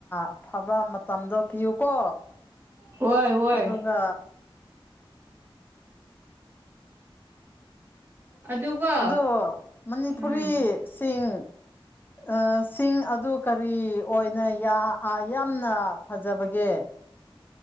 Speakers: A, on the left; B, on the right.
A: ꯑꯐꯕ ꯃꯇꯝꯗꯣ ꯄꯤꯌꯨꯀꯣ
B: ꯍꯣꯏ ꯍꯣꯏ
A: ꯑꯗꯨꯒ
B: ꯑꯗꯨꯒ
A: ꯑꯗꯣ ꯃꯅꯤꯄꯨꯔꯤ
B: ꯎꯝ
A: ꯁꯤꯡ ꯑ ꯁꯤꯡ ꯑꯗꯨ ꯀꯔꯤ ꯑꯣꯏꯅ ꯌꯥ ꯑ ꯌꯥꯝꯅ ꯐꯖꯕꯒꯦ